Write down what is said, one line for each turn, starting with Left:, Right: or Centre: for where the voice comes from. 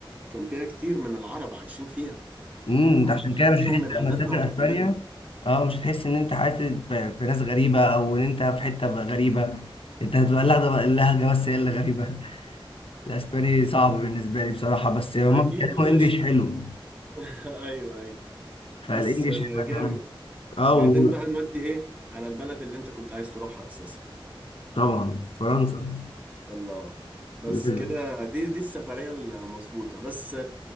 Right: كان فيها كتير من العرب عايشين فيها
Left: امم انت
Right: فهم
Left: عشان كده
Right: فيهم
Left: مش هتحس
Right: من عاداتنا
Left: لما تسافر
Right: وتقاليدنا
Left: اسبانيا اه مش هتحس ان انت عايش في في ناس غريبه او ان انت في حته بقى غريبه انت هتبقى لا ده بقى اللهجه بس هي اللي غريبه <laughs> الاسباني صعب بالنسبه لي بصراحه بس هما
Right: ده اكيد
Left: بيتكلموا
Right: يا باشا
Left: انجليش حلو
Right: <laughs> ايوه ايوه
Left: فالانجليش
Right: بس
Left: هيبقى
Right: جامد
Left: تمام اه
Right: بعدين
Left: و-
Right: بقى نودي ايه على البلد اللي انت كنت عايز تروحها اساسا
Left: طبعا فرنسا
Right: الله بس
Left: لازم
Right: كده دي دي السفرية المظبوطة بس